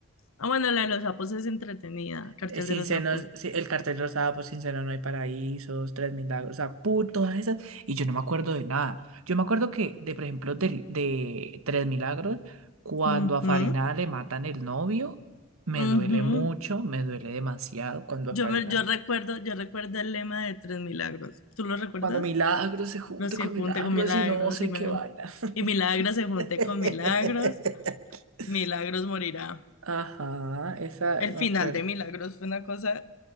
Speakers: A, on the left (about 75°); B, on the right (about 80°).
A: Ah, bueno, la de los sapos es entretenida, Cartel
B: Eh, Sin
A: de los
B: senos,
A: sapos.
B: sí, el cartel rosado, pues sin senos no hay paraísos, tres milagros, o sea, pu- todas esas. Y yo no me acuerdo de nada. Yo me acuerdo que, de por ejemplo, del- de, tres milagros, cuando
A: Ujú,
B: a Farina le matan el novio, me
A: ujú.
B: duele mucho, me duele demasiado cuando
A: Yo,
B: a Farina
A: me, yo recuerdo, yo recuerdo el lema de Tres Milagros. ¿Tú lo recuerdas?
B: Cuando Milagros se junte
A: los se
B: con
A: junte
B: Milagros
A: con milagros
B: y no sé
A: y, mira-
B: qué vaina.
A: y milagros se junte
B: <laughs>
A: con milagros, milagros morirá.
B: Ajá, esa
A: El
B: me
A: final
B: acuerdo.
A: de Milagros fue una cosa